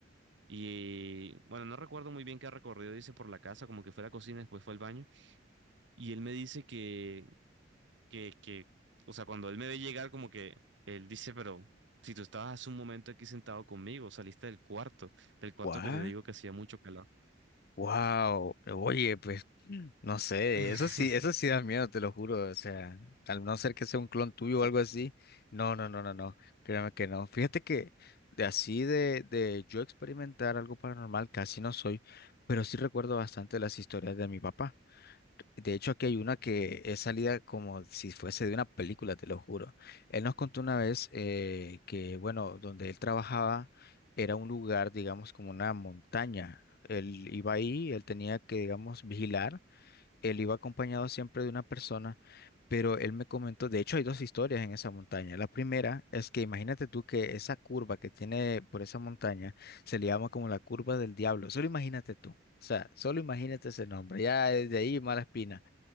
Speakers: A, on the right (about 70°); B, on the left (about 55°).
A: Y bueno, no recuerdo muy bien qué recorrido hice por la casa, como que fue a la cocina, después fue al baño. Y él me dice que que, que, o sea, cuando él me ve llegar, como que él dice, pero si tú estabas hace un momento aquí sentado conmigo, saliste del cuarto, del cuarto
B: What?
A: que te digo que hacía mucho calor.
B: Wow. Oye, pues mm, no sé,
A: <laughs>
B: eso sí, eso sí da miedo, te lo juro. O sea, al no ser que sea un clon tuyo
A: Uy.
B: o algo así, no, no, no, no, no. Créeme que no. Fíjate que de así de, de yo experimentar algo paranormal casi no soy, pero sí recuerdo bastante las historias de mi papá. De hecho, aquí hay una que es salida como si fuese de una película, te lo juro. Él nos contó una vez eh, que, bueno, donde él trabajaba era un lugar, digamos, como una montaña. Él iba ahí, él tenía que, digamos, vigilar. Él iba acompañado siempre de una persona, pero él me comentó, de hecho, hay dos historias en esa montaña. La primera es que imagínate tú que esa curva que tiene por esa montaña se le llama como la curva del diablo. Solo imagínate tú. O sea, solo imagínate ese nombre, ya desde ahí mala espina.